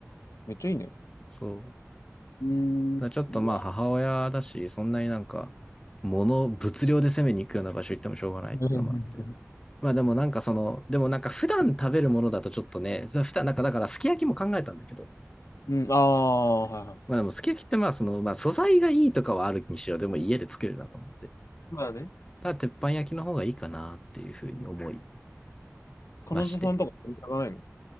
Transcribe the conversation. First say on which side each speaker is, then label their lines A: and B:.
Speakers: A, on the left; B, on the left.
A: めっちゃいいね。
B: そう。だか
A: うーん、
B: らちょっとまあ、
A: うわ。
B: 母親だし、そんなになんか、物、物量で攻めに行くような場所行ってもしょうがないってのもあって。
A: <laughs>
B: まあでもなんかその、でもなんか普段食べるものだとちょっとね、普段なんかだからすき焼きも考えたんだけど、
A: うん、ああ、はいはい。
B: まあでもすき焼きってまあその、まあ素材がいいとかはあるにしろ、でも家で作れるなと思って。
A: まあね。
B: ただ鉄板焼きの方がいいかなっていうふうに思い
A: うん彼女さんとか見たくないの
B: まして。